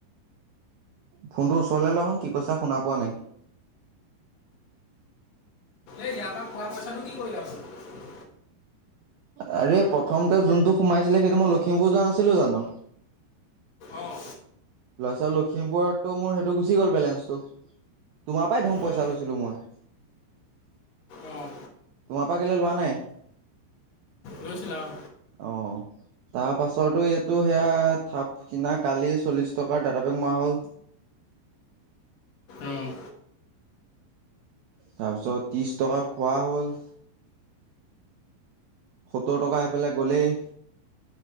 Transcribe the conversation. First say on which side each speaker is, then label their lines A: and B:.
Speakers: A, on the right; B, on the left.
A: ফোনটোৰ ওচৰলে ল আহোন কি কৈছা শুনা পোৱা নাই
B: এই ইয়াৰ পৰা পোৱা পইচাটো কি কৰিলে আপুনি?
A: আৰে প্ৰথমতে যোনটো সোমাইছিলে সেইটো মই লখিমপুৰ যোৱা নাছিলো জানো
B: অঁ
A: লৰা ছাল লখিমপুৰতটো মোৰ সেইটো গুচি গ'ল বেলেঞ্চটো। তোমাৰ পৰাই ধুম পইচা
B: অঁ
A: লৈছিলো মই
B: অঁ
A: তোমাৰ পৰা কেলৈ লোৱা নাই
B: লইচিলাও।
A: অ তাৰ পাছতো এইটো সেয়া থাপ কিনা কালি চল্লিশ টকাৰ দ ম হল
B: অঁ
A: তাৰপিছত ত্ৰিশ টকা খোৱা হ'ল সত্তৰ টকা এফালে গ'লেই